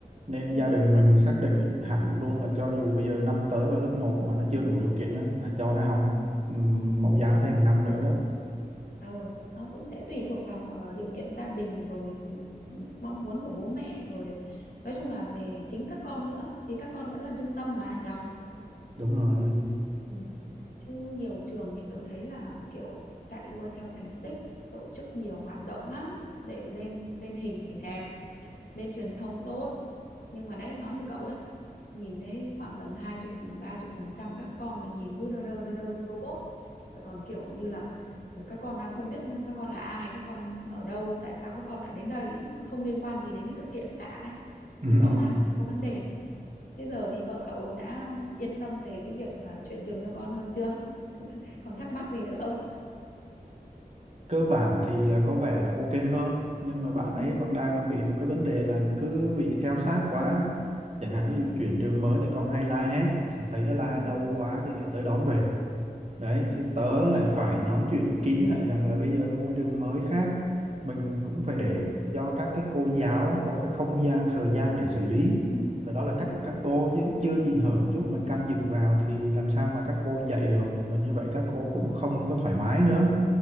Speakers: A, on the right; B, on the left.
A: Nên
B: ừ,
A: gia đình mình xác định hẳn luôn là cho dù bây giờ năm tới vào lớp một mà nó chưa đủ điều kiện á, là cho nó học
B: ừ.
A: ừm, mẫu giáo thêm năm nữa đó.
B: ờ nó cũng sẽ tùy thuộc vào ờ, điều kiện gia đình rồi ừ, ừ, mong muốn của bố mẹ rồi nói chung là về chính các con nữa thì các con vẫn là trung tâm mà nhở
A: Đúng rồi.
B: ừ. chứ nhiều trường thì tớ thấy là kiểu chạy đua theo thành tích tổ chức nhiều hoạt động lắm để lên lên hình thì đẹp lên truyền thông tốt nhưng mà đấy nói như cậu ấy nhìn thấy khoảng tầm hai chục ba chục phần trăm các con là nhìn cứ đơ đơ đơ đơ như robot Lại còn kiểu như là ừ, các con đang không biết các con là ai các con ở đâu tại sao các con lại đến đây chứ không liên quan gì đến cái sự kiện cả ấy. thì
A: <laughs>
B: rõ ràng là nó có vấn đề thế giờ thì vợ cậu đã yên tâm về cái việc là chuyển trường cho con hơn chưa còn thắc mắc gì nữa không
A: Cơ bản thì là có vẻ là ok hơn, nhưng mà bạn
B: ừ
A: ấy còn đang còn bị một cái vấn đề là cứ bị theo sát quá. Chẳng hạn
B: ừ
A: ví dụ chuyển trường mới thì con hay la hét, thì thấy nó la
B: ừ
A: lâu quá thì lại tới đón về Đấy, thì tớ lại phải nói chuyện kỹ lại rằng là bây giờ môi trường mới khác, mình cũng phải
B: đúng
A: để
B: rồi
A: cho các cái cô giáo có cái không gian, thời gian để xử lý.
B: ừ
A: Và đó là cách
B: đúng
A: của các cô chứ chưa gì hở một chút mình can dự vào thì làm sao mà các cô dạy được và như vậy các cô
B: đúng rồi
A: cũng không có thoải mái nữa.